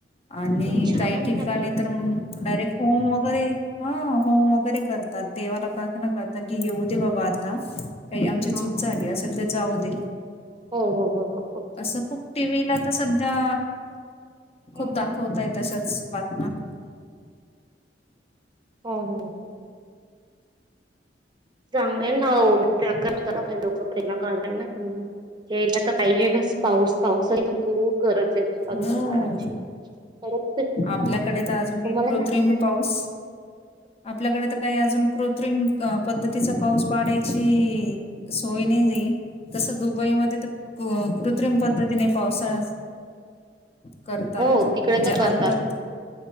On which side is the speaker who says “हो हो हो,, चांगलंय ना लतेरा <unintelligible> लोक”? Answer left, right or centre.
Right